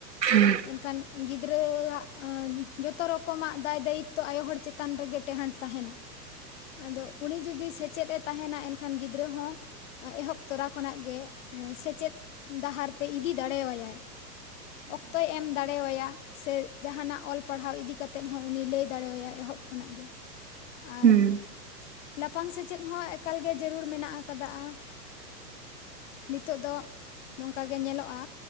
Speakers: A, on the right; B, on the left.
A: ᱦᱮᱸ
B: ᱮᱱᱠᱷᱟᱱ ᱜᱤᱫᱽᱨᱟᱹᱣᱟᱜ ᱡᱚᱛᱚ ᱨᱚᱠᱚᱢᱟᱜ ᱫᱟᱭ ᱫᱟᱭᱤᱛᱛᱚ ᱟᱭᱳ ᱦᱚᱲ ᱪᱮᱛᱟᱱ ᱨᱮᱜᱮ ᱴᱮᱦᱟᱸᱰ ᱛᱟᱦᱮᱱᱟ᱾
A: <inaudible>
B: ᱟᱫᱚ ᱩᱱᱤ ᱡᱩᱫᱤ ᱥᱮᱪᱮᱫ ᱮ ᱛᱟᱦᱮᱱᱟ, ᱮᱱᱠᱷᱟᱱ ᱜᱤᱫᱽᱨᱟᱹ ᱦᱚᱸ ᱮᱦᱚᱵ ᱛᱚᱨᱟ ᱠᱷᱚᱱᱟᱜ ᱜᱮ ᱮᱸ ᱥᱮᱪᱮᱫ ᱰᱟᱦᱟᱨ ᱛᱮ ᱤᱫᱤ ᱫᱟᱲᱮᱣᱟᱭᱟᱭ᱾
A: <inaudible>
B: ᱚᱠᱛᱚᱭ ᱮᱢ ᱫᱟᱲᱮᱣᱟᱭᱟ ᱥᱮ ᱡᱟᱦᱟᱱᱟᱜ ᱚᱞ ᱯᱟᱲᱦᱟᱣ ᱤᱫᱤ ᱠᱟᱛᱮᱫ ᱦᱚᱸ ᱩᱱᱤ ᱞᱟᱹᱭ ᱫᱟᱲᱮᱣᱟᱭ, ᱮᱦᱚᱵ ᱠᱷᱚᱱᱟᱜ ᱜᱮ᱾
A: ᱦᱩᱸᱼᱼ
B: ᱟᱨ ᱞᱟᱯᱷᱟᱝ ᱥᱮᱪᱮᱫ ᱦᱚᱸ ᱮᱠᱟᱞ ᱜᱮ ᱡᱟᱹᱨᱩᱲ ᱢᱮᱱᱟᱜ ᱟᱠᱟᱫᱟ ᱮᱸᱜ ᱱᱤᱛᱚᱜ ᱫᱚ᱾ ᱱᱚᱝᱠᱟ ᱜᱮ ᱧᱮᱞᱚᱜᱼᱟ